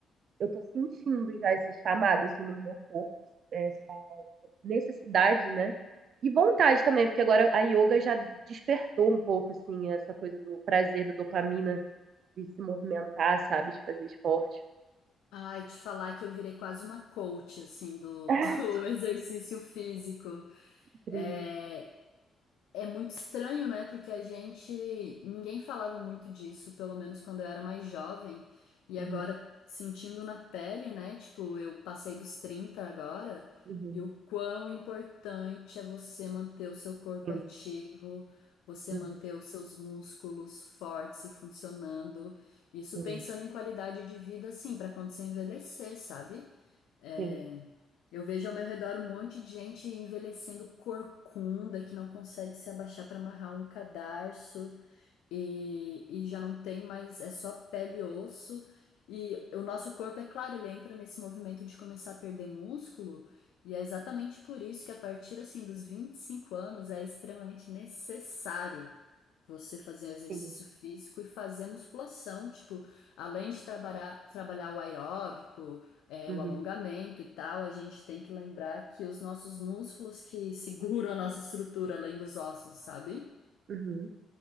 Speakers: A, on the right; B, on the left.
A: eu tô sentindo já esse chamado, assim, no meu corpo, essa necessidade, né? E vontade também, porque agora a yoga já despertou um pouco, assim, essa coisa do prazer, da dopamina, de se movimentar, sabe? De fazer esporte.
B: Ai, te falar que eu virei quase uma coach, assim, do,
A: <laughs>
B: do <laughs> exercício físico.
A: Incrível.
B: É, É muito estranho, né? Porque a gente, ninguém falava muito disso, pelo menos quando eu era mais jovem. E
A: Uhum,
B: agora, sentindo na pele, né? Tipo, eu passei dos 30 agora,
A: uhum,
B: e o quão importante é você manter o seu corpo
A: sim,
B: ativo, você
A: uhum,
B: manter os seus músculos fortes e funcionando. Isso
A: sim,
B: pensando em qualidade de vida, assim, para quando você envelhecer, sabe? É,
A: sim,
B: eu vejo ao meu redor um monte de gente envelhecendo corcunda, que não consegue se abaixar para amarrar um cadarço e, e já não tem mais, é só pele e osso. E o nosso corpo, é claro, ele entra nesse movimento de começar a perder músculo, e é exatamente por isso que a partir assim dos 25 anos é extremamente necessário você fazer exercício
A: sim,
B: físico e fazer musculação, tipo, além de trabalhar, trabalhar o aeróbico, é,
A: uhum,
B: o alongamento e tal, a gente tem que lembrar que os nossos músculos que seguram a nossa estrutura, além dos ossos, sabe?
A: uhum.